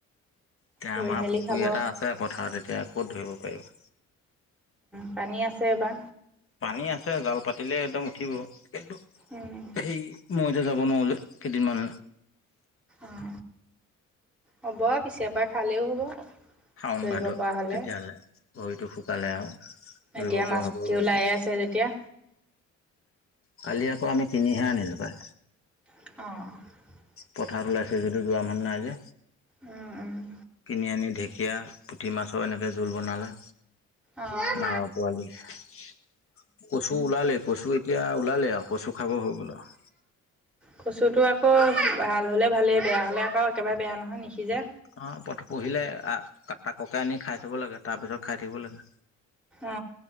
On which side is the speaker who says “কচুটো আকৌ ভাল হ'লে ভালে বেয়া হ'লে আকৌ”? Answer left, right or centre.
Centre